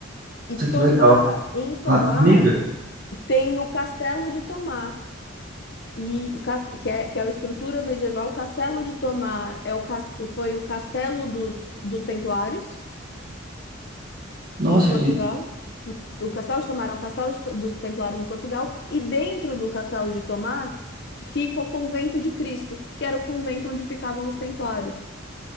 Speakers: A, on the left; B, on the right.
A: E Tomar,
B: Nossa, que legal.
A: em Tomar,
B: Ah, amiga,
A: tem o Castelo de Tomar. E o cas- que é, que é a estrutura medieval, o Castelo de Tomar é o cas- foi o castelo dos, dos Templários,
B: nossa,
A: em Portugal.
B: que
A: Po- O castelo de Tomar é um castelo de- dos Templários em Portugal, e dentro do castelo de Tomar fica o convento de Cristo, que era o convento onde ficavam os Templários.